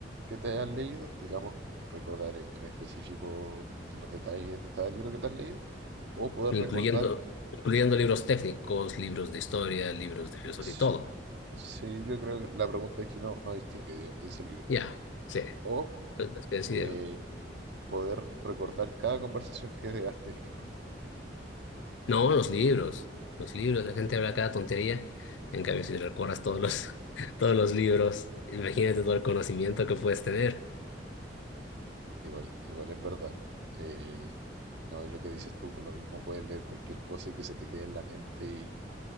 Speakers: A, on the right; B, on the left.
A: que te hayas leído? Digamos, recordar en en específico los detalles de cada libro que te has leído. ¿O poder
B: Incluyendo,
A: recordar...
B: incluyendo libros técnicos, libros de historia, libros de filosofía
A: s-
B: y todo,
A: Sí, yo creo que la pregunta aquí no, no distingue, digamos, de ese libro.
B: ya, sí,
A: O
B: pues, tienes que decidirlo.
A: eh, poder recordar cada conversación que has tenido.
B: No, los libros. Los libros, la gente habla cada tontería. En cambio, si recuerdas todos los, <laughs> todos los libros, imagínate todo el conocimiento que puedes tener.
A: Igual, igual es verdad. Eh, no, y lo que dices tú, por lo mismo puedes leer cualquier cosa y que se te quede en la mente. Y